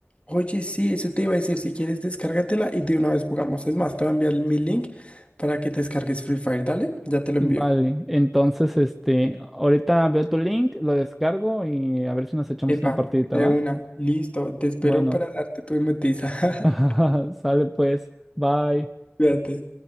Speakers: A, on the left; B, in the centre.
A: Oye, sí, eso te iba a decir, si quieres descárgatela y de una vez jugamos. Es más, te voy a enviar mi link para que te descargues Free Fire, dale, ya te lo
B: Vale,
A: envío.
B: entonces, este, ahorita veo tu link, lo descargo y a ver si nos echamos
A: Epa,
B: una partidita,
A: de
B: ¿va?
A: una, listo, te espero
B: Bueno,
A: para darte tu hipnotiza. <laughs>
B: <laughs> sale pues, bye.
A: Cuídate.